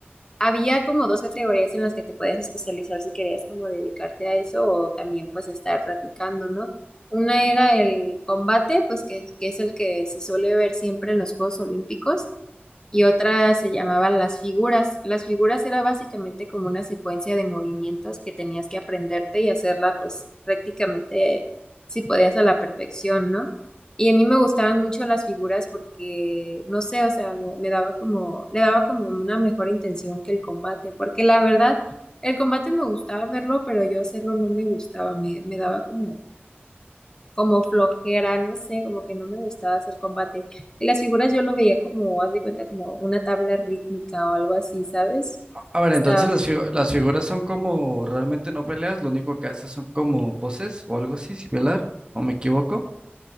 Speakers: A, on the left; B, on the right.
A: había como dos categorías en las que te podías especializar si querías como dedicarte a eso o también pues estar practicando, ¿no? Una era el combate, pues que, que es el que se suele ver siempre en los Juegos Olímpicos y otra se llamaba Las figuras. Las figuras era básicamente como una secuencia de movimientos que tenías que aprenderte y hacerla pues prácticamente si podías a la perfección, ¿no? Y a mí me gustaban mucho las figuras porque, no sé, o sea, me, me daba como, le daba como una mejor intención que el combate, porque la verdad, el combate me gustaba verlo, pero yo hacerlo no me gustaba, me, me daba como como flojera, no sé, como que no me gustaba hacer combate. Y las figuras yo lo veía como, haz de cuenta, como una tabla rítmica o algo así, ¿sabes?
B: A ver, entonces
A: Estaba mejor.
B: las, figu- las figuras son como realmente no peleas, lo único que haces son como poses o algo así similar, o me equivoco.